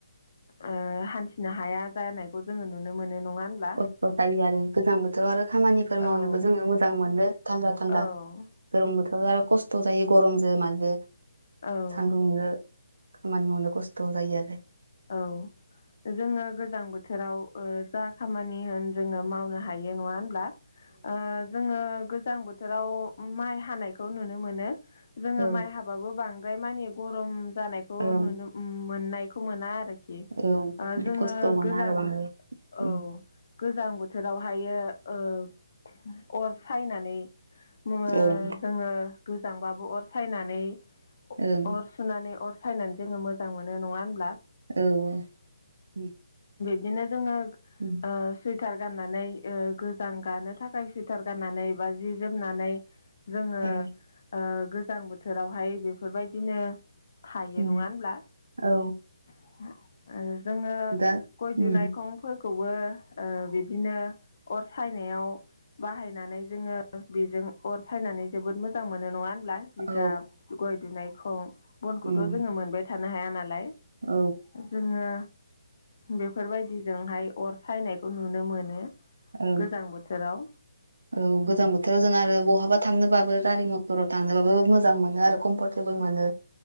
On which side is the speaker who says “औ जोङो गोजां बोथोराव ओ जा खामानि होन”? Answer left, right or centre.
Left